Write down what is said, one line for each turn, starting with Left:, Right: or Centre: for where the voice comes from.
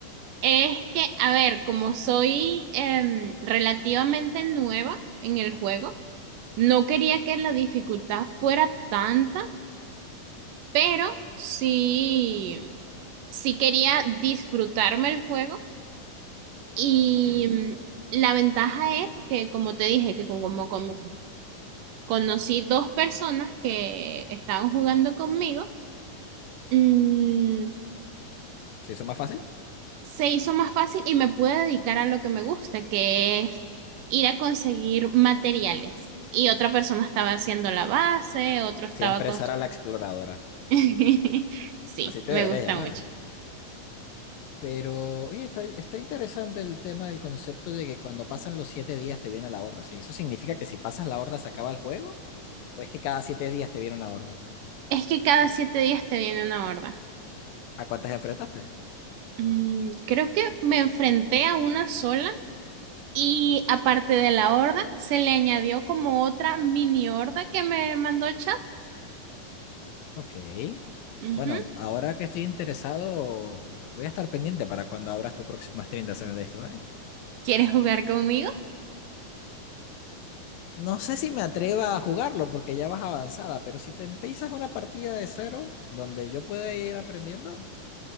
Right: Es que, a ver, como soy em, relativamente nueva en el juego, no quería que la dificultad fuera tanta, pero sí, sí quería disfrutarme el juego Y
Left: Ok,
Right: mm, la ventaja es que, como te dije, que como, como conocí dos personas que estaban jugando conmigo, mm,
Left: ¿se hizo más fácil?
Right: se hizo más fácil y me pude dedicar a lo que me gusta, que es ir a conseguir materiales. Y otra persona estaba haciendo la base, otro estaba
Left: Siempre
Right: con...
Left: será la exploradora,
Right: <laughs> Sí,
Left: así te
Right: me
Left: deberías
Right: gusta
Left: llamar.
Right: mucho.
Left: Pero, oye, está, está interesante el tema del concepto de que cuando pasan los siete días te viene la horda. ¿sí? ¿Eso significa que si pasas la horda se acaba el juego? ¿O es que cada siete días te viene una horda?
Right: Es que cada siete días te viene una horda.
Left: ¿A cuántas enfrentaste?
Right: Mm, creo que me enfrenté a una sola Y aparte de la horda, se le añadió como otra mini horda que me mandó el chat.
Left: Ok.
Right: Ujú.
Left: Bueno, ahora que estoy interesado, voy a estar pendiente para cuando abras tu próximo stream de Seven Days to Die.
Right: ¿Quieres jugar conmigo?
Left: No sé si me atreva a jugarlo porque ya vas avanzada, pero si te empiezas una partida de cero donde yo pueda ir aprendiendo,